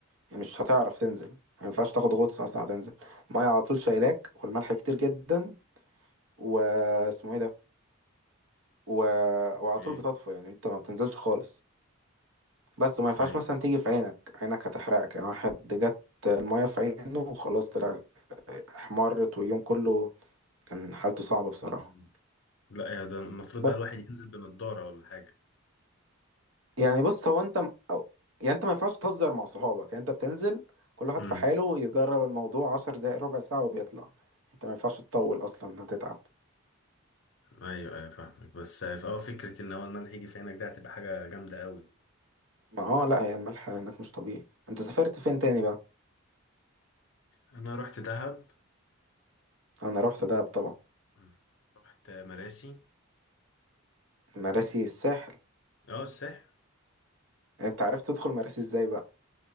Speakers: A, on the right; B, on the left.
A: يعني مش هتعرف تنزل ما ينفعش تاخد غطس مثلا هتنزل المية على طول شايلاك والملح كتير جدا واسمه ايه ده و... وعلى
B: ايه
A: طول بتطفو يعني انت ما بتنزلش خالص بس وما ينفعش
B: ايوه
A: مثلا تيجي في عينك عينك هتحرقك يعني واحد جت المية في عينه وخلاص طلع احمرت واليوم كله كان حالته صعبة بصراحة
B: م- لا يا ده المفروض
A: ب...
B: بقى الواحد ينزل بنضارة ولا حاجة
A: يعني بص هو انت م- أو... يعني انت ما ينفعش تهزر مع صحابك يعني انت بتنزل كل واحد
B: امم
A: في حاله يجرب الموضوع عشر دقايق ربع ساعة وبيطلع انت ما ينفعش تطول اصلا هتتعب
B: ايوه ايوه فاهمك بس اه فكرة ان هو الملح يجي في عينك ده هتبقى حاجة جامدة قوي
A: ما اه لا هي الملح هناك مش طبيعي انت سافرت فين تاني بقى
B: انا رحت دهب
A: انا رحت دهب طبعا
B: مم. رحت مراسي
A: مراسي الساحل
B: اه الساحل
A: انت عرفت تدخل مراسي ازاي بقى